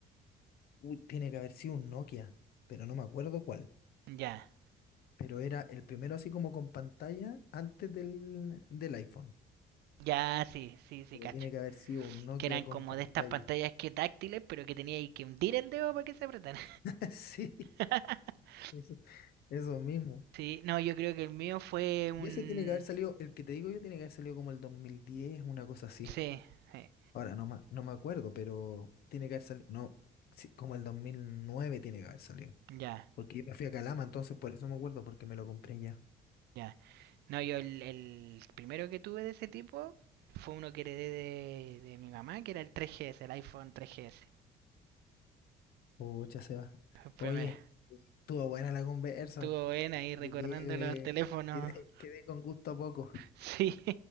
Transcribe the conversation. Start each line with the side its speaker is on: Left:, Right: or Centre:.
Left: Uy, tiene que haber sido un Nokia, pero no me acuerdo cuál.
Right: Ya.
Left: Pero era el primero así como con pantalla antes del, del iPhone.
Right: Ya, sí, sí, sí,
Left: Pero
Right: cacho.
Left: tiene que haber sido un Nokia
Right: Que eran
Left: con
Right: como
Left: pantalla.
Right: de estas pantallas que táctiles, pero que tenía ahí que hundir el dedo para que se apretara.
Left: <laughs> Sí,
Right: <laughs>
Left: eso eso mismo.
Right: Sí, no, yo creo que el mío fue un
Left: Y ese tiene que haber salido, el que te digo yo tiene que haber salido como el 2010, una cosa así.
Right: Sí, sí,
Left: Ahora no, ma- no me acuerdo, pero tiene que haber salido, no, sí, como el 2009 tiene que haber salido.
Right: ya,
Left: Porque yo me fui a Calama, entonces por eso me acuerdo, porque me lo compré ya.
Right: ya. No, yo el, el primero que tuve de ese tipo fue uno que heredé de, de mi mamá, que era el 3GS, el iPhone 3GS.
Left: Pucha, Seba.
Right: El primero.
Left: Oye, estuvo buena la conversa.
Right: Estuvo buena ahí
Left: Porque
Right: recordando
Left: quedé,
Right: los teléfonos.
Left: quedé,
Right: <laughs>
Left: quedé con gusto a poco.
Right: Sí,